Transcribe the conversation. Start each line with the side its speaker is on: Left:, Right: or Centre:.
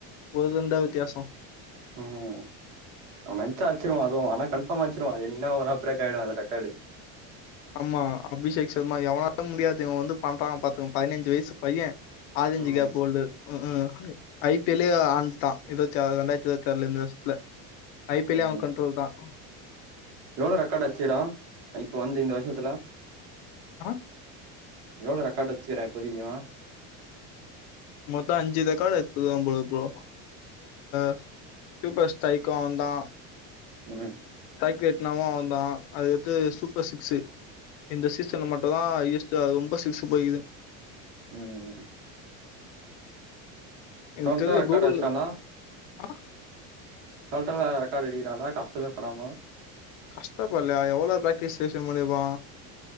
Left: ஒரு ரன் தான் வித்தியாசம்
Right: ம் அவ நென்ச்ச அச்சிருவா அதுவு ஆனா கன்ஃபார்ம் ஆச்சிருவா அது என்னிக்கீனா ஒரு நா ப்ரேக் ஆயிரு ரெக்கார்டு
Left: ஆமா அபிஷேக் சர்மா எவனாலும் முடியாது இவ வந்து பண்றா பாத்துங்க பதினஞ்சு வயசு பைய ஆரஞ்சு
Right: ம்
Left: கேப் போல்டர் க்கு ஐ பி எல் லயே ஆண்டுடா இருபத்தி ஆறு ரெண்டாயிரத்தி இருபத்தி ஆறுல இந்த வருஷத்துல ஐபிஎல்லே
Right: ம்ம்
Left: அவன் கண்ட்ரோல் தான்
Right: எவ்ளோ ரெக்கார்ட் அச்சிகிரா இப்போ வந்து இந்த வருஷ ஷத்துல
Left: ஆ
Right: எவ்ளோ ரெக்கார்ட் வச்க்கிறா இப்போதக்கி அவ
Left: மொத்த அஞ்சு ரெக்கார்ட் எத்துருக்கா போல ப்ரோ <unintelligible> சூப்பர் ஸ்டைக்கூ அவந்தா
Right: ம்
Left: கெட்னாவு அவந்தா அது அடுத்து சூப்பர் சிக்ஸு இந்த சீசன்ல மட்டுதா ஹையஸ்டு ரொம்ப சிக்ஸ் போயிகிது
Right: ம்
Left: எனக்கு
Right: சொண்ட
Left: தெர்ல
Right: ரெக்காடஷ்டானா
Left: கூகுள்ல ஆ
Right: அசால்டா ரெக்கார்டு அடிக்கிறான்ல கஷ்டமே படாம
Left: கஷ்டப்பட்லயா எவ்ளோ பிராக்டிஸ் செஷன் பண்ணிருப்பா